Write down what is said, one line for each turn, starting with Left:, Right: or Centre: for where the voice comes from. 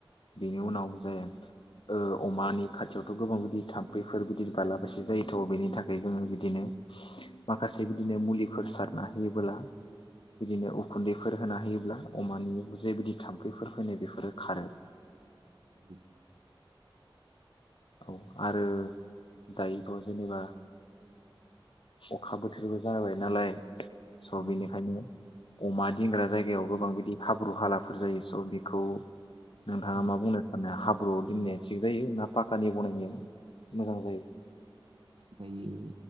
Left: बेनि उनाव जाय अमानि खाथियावथ' गोबां बिदि थाम्फैफोर बिर बालाबसे जायोथ' बेनि थाखाय जोङो बिदिनो माखासे बिदिनो मुलिफोर सारना होयोबोला बिदिनो उखुन्दैफोर होना होयोब्ला अमानियाव जे बिदि थाम्फैफोर फैनाय बेफोरो खारो
Right: औ
Left: औ आरो दायोथ' जेनेबा अखा बोथोरबो जाबाय नालाय स'
Right: औ
Left: बेनिखायनो अमा दोनग्रा जायगायाव गोबां बिदि हाब्रु हालाफोर जायो स' बेखौ नोंथाङा
Right: औ
Left: मा बुंनो साननाय हाब ब्रुआव दोननाया थिग जायो ना पाक्कानि बनायनाया मोजां जायो
Right: दायो